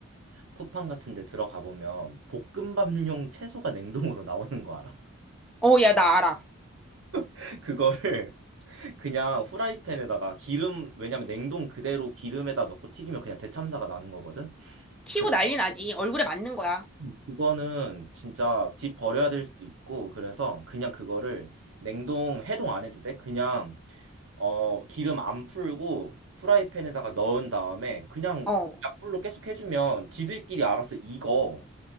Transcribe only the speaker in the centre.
어, 야, 나 알아.
튀고
난리 나지. 얼굴에 맞는 거야.
어.